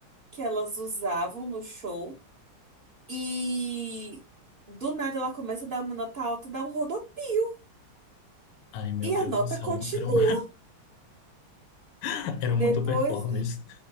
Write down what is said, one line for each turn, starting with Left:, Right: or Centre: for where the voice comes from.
Right: que elas usavam no show. E do nada ela começa a dar uma nota alta e dá um rodopio.
Left: ai, meu
Right: E
Left: Deus
Right: a nota
Left: do céu,
Right: continua.
Left: eram, <laughs> eram
Right: Depois,
Left: muito performers.